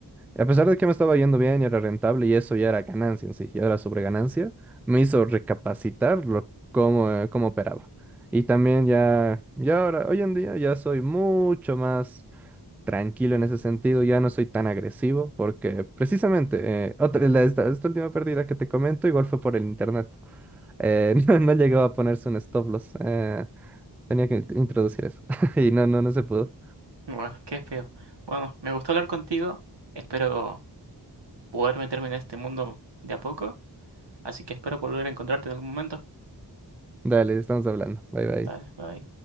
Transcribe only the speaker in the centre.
A pesar de que me estaba yendo bien y era rentable y eso ya era ganancia en sí, ya era sobreganancia, me hizo recapacitar lo, cómo, eh, cómo operaba. Y también ya, ya ahora, hoy en día ya soy mucho más tranquilo en ese sentido, ya no soy tan agresivo porque precisamente eh, otra, la- esta, esta última pérdida que te comento igual fue por el internet. Eh, <laughs> no, no llegó a ponerse un stop loss. eh, tenía que introducir eso <laughs> y no, no, no se pudo.
Dale, estamos hablando. Bye bye.